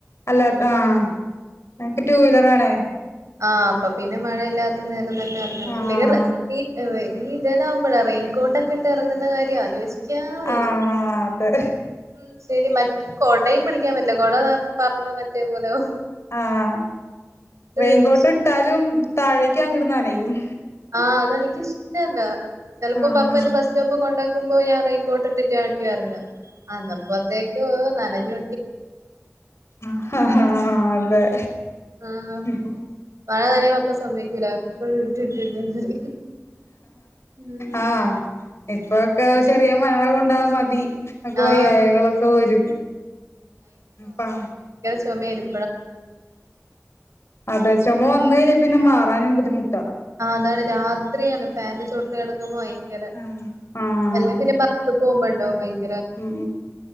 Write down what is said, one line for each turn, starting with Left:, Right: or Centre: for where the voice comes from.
Left: അല്ല ആ എനക്ക് ടു വീലർ ആണ്
Right: ആ അപ്പം പിന്നെ മഴയില്ലാത്ത നേര <unintelligible>
Left: ആഹ്
Right: ഈ ഇതന്നാവുമ്പഴേ റെയിൻ കോട്ടൊക്കെ ഇട്ട് ഇറങ്ങുന്ന കാര്യം ആലോചി ക്കാൻ വയ്യ
Left: ആഹ് അതെ
Right: ഉം ശരി മറ്റ കൊടയും പിടിക്കാൻ പറ്റില്ല കൊട പറന്നു മറ്റേ പോലെയോ
Left: ആഹ് റെയിൻകോട്ട്
Right: എനിക്കിഷ്
Left: ഇട്ടാലും താഴേക്ക്
Right: ഉം
Left: അങ്ങോട്ട് നനയും
Right: ആഹ് അതെനിക്കിഷ്ടല്ല ചെലപ്പോ
Left: ആഹ്
Right: പപ്പ എന്നെ ബസ് സ്റ്റോപ്പ് കൊണ്ടാകും ക്കുമ്പോ ഞാൻ റെയിൻകോട്ട് ഇട്ടിട്ടു ആയിരിക്കും ഇറങ്ങുക അന്നപ്പത്തേക്ക് നനഞ്ഞു
Left: ആഹഹാ അതെ
Right: ആഹ്
Left: ഉം
Right: മഴ നനയാൻ പപ്പാ സമ്മതിക്കൂല എപ്പോളും ഇട് ഇട് ഇടെന്നു പറയും ഉം
Left: ആ ആഹ് ഇപ്പൊക്കെ ചെറിയ മഴ കൊണ്ടാ മതി അക്കെ വയ്യായകളൊക്കെ
Right: ആഹ്
Left: വരും പ്പ
Right: ചൊമ്മ ആണ്
Left: ആഅതെ ചുമ വന്ന കഴിഞ്ഞ പിന്നെ മാറാനും ബുദ്ധിമുട്ട്
Right: ആ അതാണ് രാത്രിയാണ് ഫാന്റെ ചോട്ട കിടക്കുമ്പോ ഭയ ഭയകര
Left: ആഹ് ആഹ്
Right: എല്ല പിന്നെ ബസ് പോകുമ്പോഴും <unintelligible>
Left: ഉം